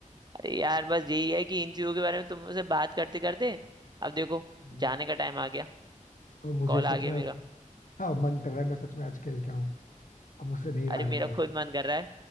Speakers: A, on the right; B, on the left.
A: अरे यार बस यही है कि इन चीजों के बारे में तुमसे बात करते करते अब देखो
B: हम्म।
A: जाने का टाइम आ गया
B: और मुझे
A: कॉल
B: सच
A: आ गया
B: में
A: मेरा
B: अब- हाँ मन कर रहा है मैं सच में आज खेल के आऊँ अब मुझसे नहीं रहा
A: अरे मेरा
B: जा रहा भाई
A: खुद मन कर रहा है